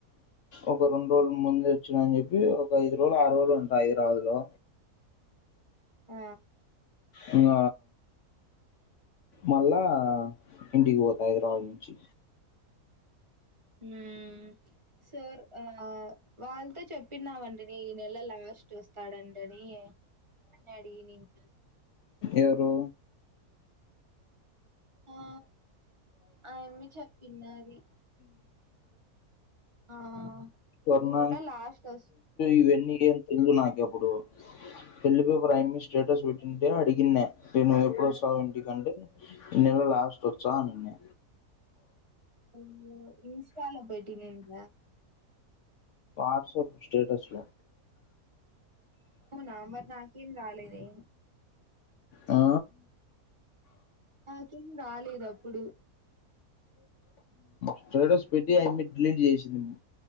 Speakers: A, on the left; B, on the right.
A: ఒక రెండు రోలు ముందు వచ్చిన అని చెప్పి ఒక ఐదు రోజులు ఆరు రోజులు ఉంటా హైదరాబాద్ లో
B: ఆ
A: ఇంగ మళ్ళా ఇంటికి పోతు హైదరాబాద్ నుంచి
B: ఉమ్ సర్ ఆ వాళ్ళతో చెప్పినామండి నే ఈ నెల లాస్ట్ చూస్తాదంటది డాడీ అన్నాడి నేను
A: ఎవరు
B: ఆ ఆయమ్మి చెప్పిండాది ఆ
A: సువర్ణ
B: ఈ నెల లాస్ట్ వస్తు
A: ఇవన్నీ ఏం తెల్దు నాకి ఇప్పుడు పెళ్లి పేపర్ఐమి స్టేటస్ పెట్టింటే అడిగిన్న నేను ఎప్పుడ ఇంటి కంటే ఈ నెల లాస్ట్ వచ్చా అని
B: అ ఇంస్టాలో భేటింగ్ అయ్యిందా
A: వాట్సాప్ స్టేటస్ లో
B: అవునా మరి నాకెం రాలేదే
A: ఆ
B: నాకేం రాలేదు అప్పుడు
A: స్టేటస్ పెట్టి అయమీ డిలీట్ చేసింది